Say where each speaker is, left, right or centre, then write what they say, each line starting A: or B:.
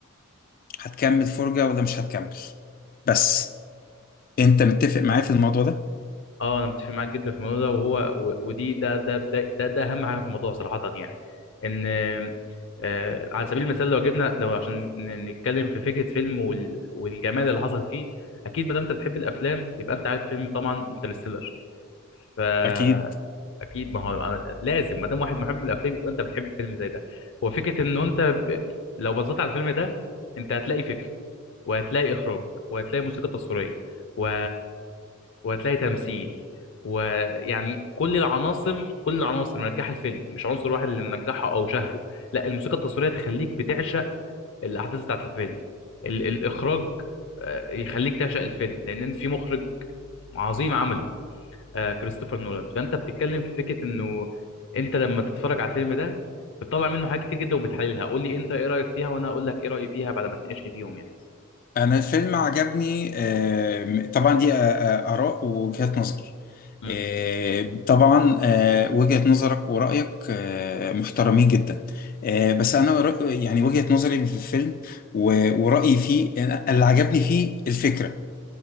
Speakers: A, on the left; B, on the left.
A: هتكمل فرجة ولا مش هتكمل بس انت متفق معايا في الموضوع ده
B: اه انا متفق معاك جدا في الموضوع ده وهو و- ودي ده ده ده ده, ده اهم حاجة في الموضوع صراحة يعني ان آه، على سبيل المثال لو جبنا لو عشان ن- نتكلم في فكرة فيلم وال- والجمال اللي حصل فيه اكيد ما دام انت بتحب الافلام يبقى انت عارف فيلم طبعا انترستيلر فاكيد
A: اكيد
B: ما هو لازم ما دام واحد محب للافلام يبقى انت بتحب فيلم زي ده هو فكره ان انت ب... لو بصيت على الفيلم ده انت هتلاقي فكره وهتلاقي اخراج وهتلاقي موسيقى تصويريه و... وهتلاقي تمثيل ويعني كل العناصر كل العناصر منجحه الفيلم مش عنصر واحد اللي منجحه او شهره لا الموسيقى التصويريه تخليك بتعشق الاحداث بتاعت الفيلم ال... الاخراج آه، يخليك تعشق الفيلم لان في مخرج عظيم عمله آه، كريستوفر نولان فانت بتتكلم في فكره انه انت لما تتفرج على الفيلم ده بتطلع منه حاجات كتير جدا وبتحللها قول لي انت ايه رايك فيها وانا هقول لك ايه رايي فيها بعد ما تناقشني فيهم يعني
A: انا الفيلم عجبني آه، طبعا دي آه، آه، اراء ووجهات نظر
B: مم.
A: آه، طبعا آه، وجهة نظرك ورأيك آه، محترمين جدا آه، بس انا رأ- يعني وجهة نظري في الفيلم و- ورأيي فيه أنا- اللي عجبني فيه الفكرة